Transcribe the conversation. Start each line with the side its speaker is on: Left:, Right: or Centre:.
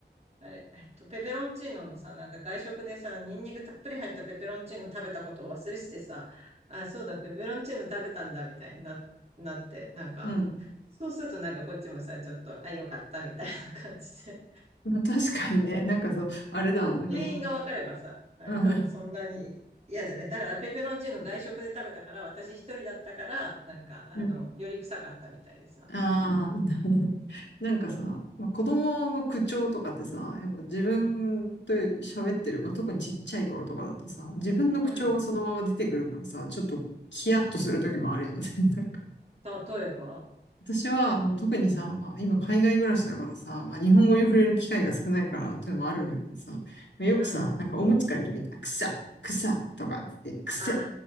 Right: あれ、えっと、ペペロンチーノのさ、なんか外食でさ、ニンニクたっぷり入ったペペロンチーノ食べたことを忘れしてさ、あ、そうだ、ペペロンチーノ食べたんだ、みたいにな、なって、なんか、
Left: うん。
Right: そうするとなんかこっちもさ、ちょっと、あ、よかった、みたいな感じで。
Left: まあ、確かにね、なんかそう、あれだ、なんかその、
Right: 原因が分かればさ、なんかそんなに嫌じゃない。
Left: うん。
Right: だからペペロンチーノ外食で食べたから、私一人だったから、なんか、あの、
Left: うん、
Right: より臭かったみたいでさ。
Left: ああ、<laughs> なんかさ、
Right: そう。
Left: まあ、子供の口調とかってさ、やっぱ自分と喋ってる、
Right: うん。
Left: まあ、特にちっちゃい頃とかだとさ、自分の口調がそのまま出てくるからさ、
Right: うん。
Left: ちょっとヒヤッとする時もあるよね。<laughs>
Right: 例えば
Left: 私は、もう特にさ、まあ、今海外暮らしだからさ、まあ、日本語に触れる機会が少ないからっていうのもあるんだけどさ、
Right: う
Left: まあ、よくさ、
Right: ん。うん。
Left: なんかおむつ替えるときに、あくさ、くさとかって、くさ、
Right: あ